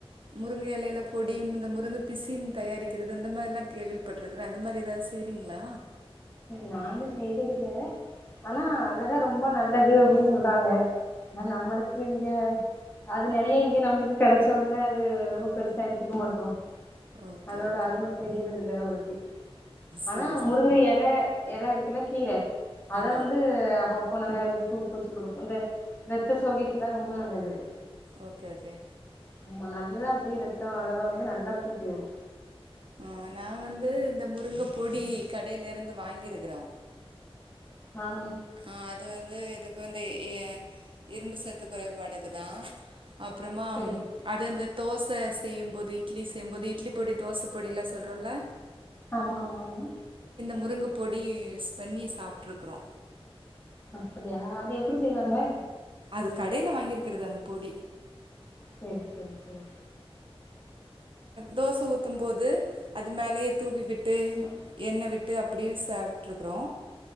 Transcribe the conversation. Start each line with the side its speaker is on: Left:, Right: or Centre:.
Right: முருங்க எலையில பொடி இந்த முருங்க பிசின் தயாரிக்கிறது இந்த மாதிரியெல்லா கேள்விப்பட்ருக்கிற அந்த மாதிரி ஏதாவது செய்ரீங்களா
Left: நாங்க செய்யறதில்ல ஆனா அதெல்லா ரொம்ப நல்லது அப்படின்னு சொல்றாங்க ஆனா நம்மளுக்கு இங்க அது நறைய இங்க நம்மளுக்கு கிடைச்ச ஒடனே அது ரொம்ப பெருசா எடுத்துக்க மாட்டோ
Right: ஓகே
Left: அதோட
Right: ஓகே
Left: அருமை தெரியறது இல்ல நமக்கு ஆனா
Right: சரி
Left: முருங்க
Right: சரி
Left: எ லைல எலை இருக்குல்ல கீரை அத
Right: ஆமா
Left: வந்து அப்பப்ப நாங்க இந்த சூப் வச்சு குடுப்போ இந்த ரத்த சோகைக்கெல்லா ரொம்ப நல்லது அது
Right: ஓகே ஓகே
Left: ஆமா நல்லா அப்படியே ரத்த அளவை வந்து நல்லா கூட்டிவுடு
Right: உஹ் நா வந்து இந்த முருங்க பொடி கடையிலிருந்து வாங்கிருக்கறோ
Left: ஆஹ்
Right: ஆஹ் அது வந்து எதுக்கு வந்து இ இரும்பு சத்து குறைபாடுக்குதா அப்பறமா
Left: சரி
Right: அது அந்த தோசை செய்யும்போது இட்லி செய்யும்போது இட்லி பொடி தோசை பொடி எல்லா சொல்றோல
Left: ஆமா ஆமா ஆமா
Right: முருங்கப்பொடிய யூஸ் பண்ணி சாப்ட்டுருக்குறோ
Left: அப்படியா அது எப்புடி செய்வாங்க
Right: அது கடையில வாங்கிருக்கிறது அந்த பொடி
Left: சரி சரி சரி
Right: தோசை ஊத்தும் போது அது மேலயே தூவி விட் ட்டு
Left: ம்
Right: எண்ணெ விட்டு ட்டு அப்படியே சாப்புட்டு இருக்கறோ